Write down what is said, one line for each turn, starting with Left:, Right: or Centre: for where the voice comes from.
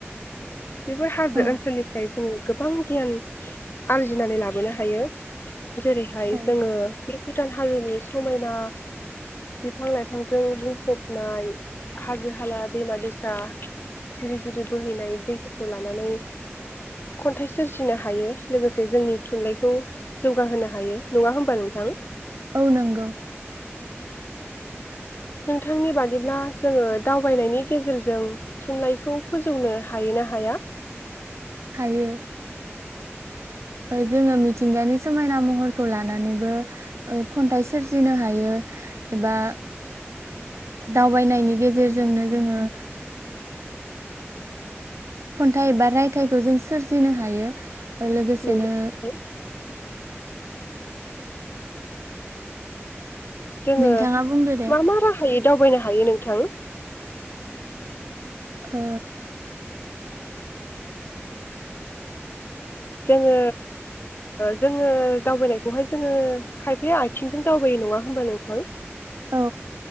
Left: बेफोर हाजो
Right: औ
Left: ओनसोलनिफ्राय जोङो गोबां गियान आरजिनानै लाबोनो हायो। जेरैहाय
Right: औ
Left: जोङो बे भुटान हाजोनि समायना बिफां लाइफांजों बुंफबनाय हाजो हाला दैमा दैसा जिरि जिरि बोहैनाय दैफोरखौ लानानै खन्थाइ सोरजिनो हायो लोगोसे जोंनि थुनलाइखौ जौगाहोनो हायो नङा होमबा नोंथां
Right: औ नंगौ।
Left: नोंथांनि बादिब्ला जोङो दावबायनायनि गेजेरजों थुनलाइखौ फोजौनो हायो ना हाया?
Right: हायो जोङो मिथिंगानि समायना महरखौ लानानैबो खन्थाइ सोरजिनो हायो एबा दावबायनायनि गेजेरजोंनो जोङो खन्थाइ एबा रायथाइखौ जों सोरजिनो हायो। लोगोसेनो
Left: नंगौ नोंथां। जोंङो
Right: नोंथाङा बुंदो दे
Left: मा मा राहायै दावबायनो हा हायो नोंथां।
Right: ओ
Left: जोङो जोङो दावबायनायखौहाय जोङो खायफा आथिंजों दावबायो नङा होमबा नोंथां?
Right: औ।